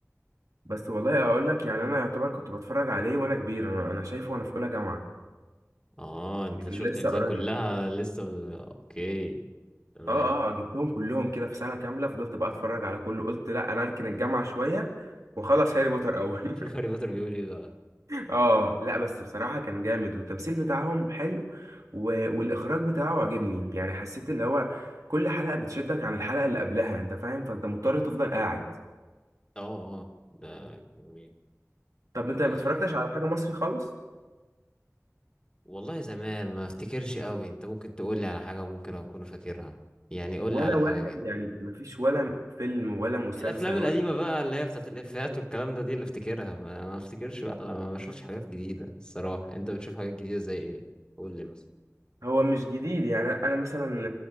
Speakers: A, on the right; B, on the left.
A: بس والله اقول لك يعني انا يعتبر كنت بتفرج عليه وانا كبير انا انا شايفه وانا في اولى جامعه
B: اه انت
A: يعني
B: شفت
A: لسه
B: اجزاء
A: قريب
B: كلها لسه ب... اوكي تمام
A: اه اه جبتهم كلهم كده في سنه كامله فضلت بقى اتفرج على كله قلت لا انا اركن الجامعه شويه واخلص هاري بوتر اول
B: شوف هاري
A: <laughs>
B: بوتر بيقول ايه بقى
A: اه لا بس بصراحه كان جامد والتمثيل بتاعهم حلو و... والاخراج بتاعه عجبني يعني حسيت اللي هو كل حلقه بتشدك عن الحلقه اللي قبلها انت فاهم فانت مضطر تفضل قاعد
B: اه اه ده جميل
A: طب انت ما
B: آه
A: اتفرجتش على حاجه مصري خالص
B: والله زمان ما افتكرش قوي انت ممكن تقول لي على حاجة ممكن اكون فاكرها يعني قول
A: ولا
B: لي على
A: واحد
B: حاجة كده
A: يعني مفيش ولا فيلم ولا مسلسل
B: الافلام القديمه بقى اللي هي بتاعت الافيهات والكلام ده دي اللي افتكرها بقى انا ما افتكرش بقى لما ما بشوفش حاجات جديده الصراحه انت بتشوف حاجات جديده زي ايه قول لي مثلا
A: هو مش جديد يعني انا مثلا